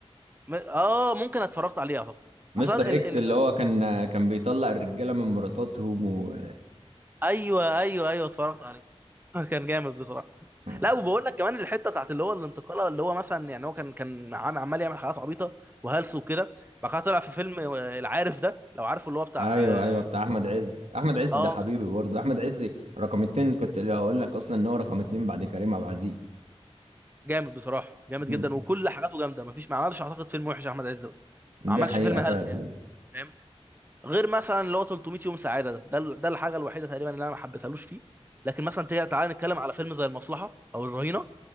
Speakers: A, on the right; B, on the right.
A: م- اه ممكن اتفرجت عليه اعتقد
B: مستر
A: اصلا اللي
B: اكس اللي
A: فاكر
B: هو كان كان بيطلق الرجاله من مراتاتهم و
A: ايوه ايوه ايوه اتفرجت عليه <laughs> كان جامد بصراحه
B: <laughs>
A: لا وبقول لك كمان الحته بتاعت اللي هو الانتقاله اللي هو مثلا يعني هو كان كان عم- عمال يعمل حاجات عبيطه وهلس وكده بعد كده طلع في فيلم آه، العارف ده لو عارفه اللي هو بتاع
B: ايوه
A: اه
B: ايوه بتاع احمد عز احمد عز
A: آه،
B: ده حبيبي
A: كان
B: برضه احمد عز رقم اتنين كنت اللي هقول لك اصلا ان هو رقم اتنين بعد كريم عبد العزيز
A: جامد بصراحه جامد
B: مم.
A: جدا وكل حاجاته جامده مفيش ما عملش اعتقد فيلم وحش احمد عز ده.
B: دي
A: ما عملش
B: حقيقه
A: فيلم
B: فعلا
A: هلس يعني فاهم غير مثلا اللي هو 300 يوم سعاده ده ده ال- ده الحاجه الوحيده تقريبا اللي انا ما حبيتهالوش فيه لكن مثلا تعالى نتكلم على فيلم زي المصلحه او الرهينه